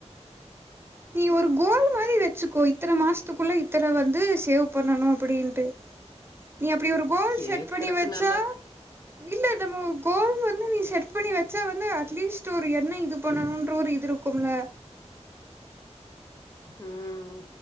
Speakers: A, on the right (about 20°); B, on the left (about 30°).
A: நீ ஒரு கோல் மாதிரி வச்சுக்கோ இத்தனை மாசத்துக்குள்ள இத்தனை வந்து சேவ் பண்ணணும் அப்படின்ட்டு நீ அப்படி ஒரு கோல்
B: கேக்குறக்கு
A: செட் பண்ணி வச்சா
B: நல்லா
A: இல்ல கோல் வந்து நீ செட் பண்ணி வச்சா வந்து அட்லீஸ்ட் ஒரு என இது பண்ணணும் ஒரு இது இருக்கும்ல
B: உஹம்